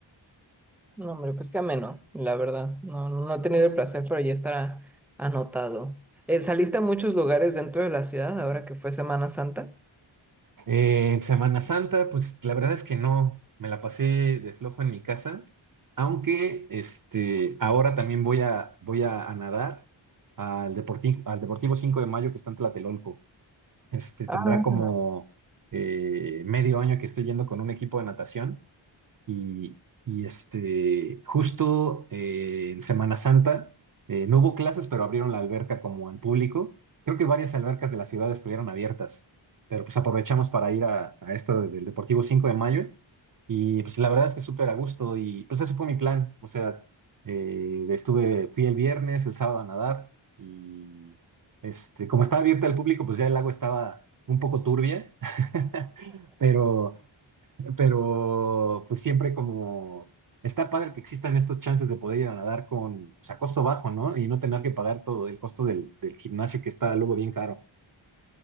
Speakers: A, in the centre; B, on the right (about 45°).
A: No, hombre, pues qué ameno, la verdad. No, no no he tenido el placer, pero ya estará anotado. Eh, ¿saliste a muchos lugares dentro de la ciudad ahora que fue Semana Santa?
B: Eh, Semana Santa, pues la verdad es que no, me la pasé de flojo en mi casa, aunque este, ahora también voy a, voy a, a nadar al Deportivo, al Deportivo cinco de Mayo que está en Tlatelolco. Este,
A: Ah,
B: tendrá como eh, medio año que estoy yendo con un equipo de natación y, y, este, justo eh, en Semana Santa, eh, no hubo clases, pero abrieron la alberca como al público. Creo que varias albercas de la ciudad estuvieron abiertas, pero pues aprovechamos para ir a, a esta de- del Deportivo cinco de Mayo. Y pues la verdad es que súper a gusto y pues ese fue mi plan. O sea, eh, estuve, fui el viernes, el sábado a nadar y este, como estaba abierta al público, pues ya el lago estaba un poco turbia, <laughs> pero pero pues siempre como está padre que existan estos chances de poder ir a nadar con, pues, a costo bajo, ¿no? Y no tener que pagar todo el costo del, del gimnasio que está luego bien caro.